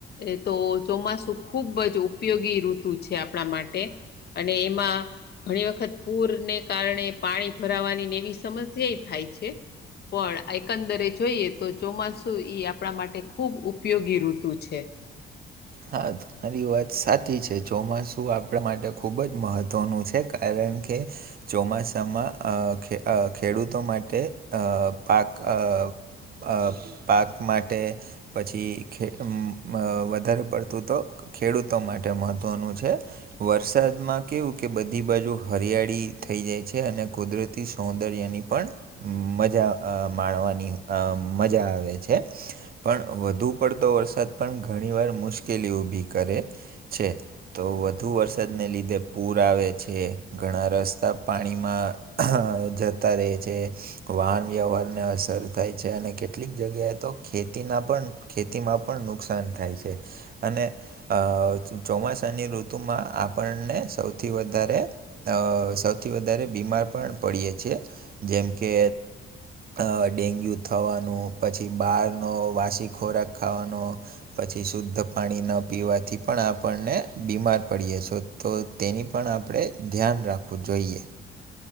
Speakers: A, on the left; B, on the right.
A: એ તો ચોમાસું ખુબ જ ઉપયોગી ઋતુ છે આપણા માટે. અને એમાં. ઘણી વખત પૂરને કારણે પાણી ભરાવાની ને એવી સમસ્યાયે થાય છે. પણ એકંદરે જોઈએ તો ચોમાસું ઇ આપણા માટે ખુબ ઉપ ઉપયોગી ઋતુ છે.
B: હાત. તારી વાત સાચી છે ચોમાસું આપણા માટે ખૂબ જ મહત્ત્વનું છે કારણ કે. ચોમાસામાં અ ખે અ ખેડૂતો માટે અ પાક અ. અ પાક માટે પછી ખે અમ અ વધારે પડતું તો ખેડૂતો માટે મહત્વનું છે. વરસાદમાં કેવું કે બધી બાજુ હરિયાળી થઈ જાય છે અને કુદરતી સૌદર્યની પણ મજા અ માણવાની અ મજા આવે છે. પણ વધુ પડતો વરસાદ પણ ઘણી વાર મુશ્કેલીઓ ઊભી કરે છે. તો વધુ વરસાદને લીધે પૂર આવે છે ઘણા રસ્તા પાણીમાં જતા રેય છે. વાહન વ્યવહારને અસર થાય છે અને કેટલીક જગ્યાએ તો ખેતીના પણ. ખેતીમાં પણ નુકસાન થાય છે. અને અ ચોમાસાની ઋતુમાં આપણને સૌથી વધારે અ સૌથી વધારે બીમાર પણ પડીએ છીએ જેમ કે. અ ડેન્ગ્યુ થવાનું પછી બારનો વાસી ખોરાક ખાવાનો પછી શુદ્ધ તક. પાણી ન પીવાથી પણ આપણને બીમાર પડીએ છો તો તેની પણ આપડે. ધ્યાન રાખવું જોઈએ.